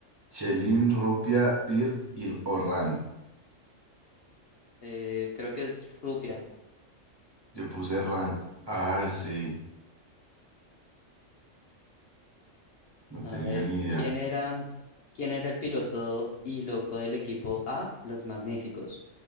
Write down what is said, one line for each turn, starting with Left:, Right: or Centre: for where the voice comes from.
Right: Chelín, rupia, bir ir- o rand.
Left: Eh, creo que es Rupia.
Right: Yo puse rand. Ah, sí. No tenía
Left: A ver,
Right: ni idea.
Left: ¿quién era, quién era el piloto y loco del equipo A? Los Magníficos.